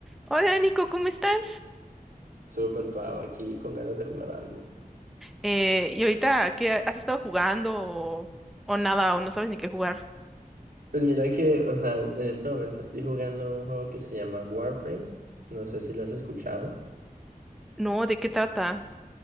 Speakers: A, in the centre; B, on the right.
A: Hola Nico, ¿cómo estás?
B: Súper pavo, aquí con ganas de jugar algo.
A: Eh, ¿y ahorita qué has estado jugando o, o nada o no sabes ni qué jugar?
B: Pues mira que, o sea, en este momento estoy jugando un juego que se llama Warframe. No sé si lo has escuchado.
A: No, ¿de qué trata?